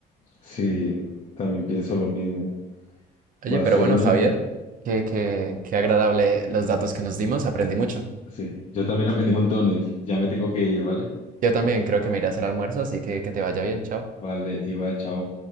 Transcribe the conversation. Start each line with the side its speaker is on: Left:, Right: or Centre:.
Left: Sí, también pienso lo mismo.
Right: Oye,
Left: Va
Right: pero
Left: a ser
Right: bueno,
Left: un
Right: Javier,
Left: infiel.
Right: qué, qué, qué agradable los datos que nos dimos, aprendí mucho.
Left: Sí, yo también aprendí montones. Ya me tengo que ir, ¿vale?
Right: Yo también creo que me iré a hacer almuerzo, así que que te vaya bien, chao.
Left: Vale, y va chao.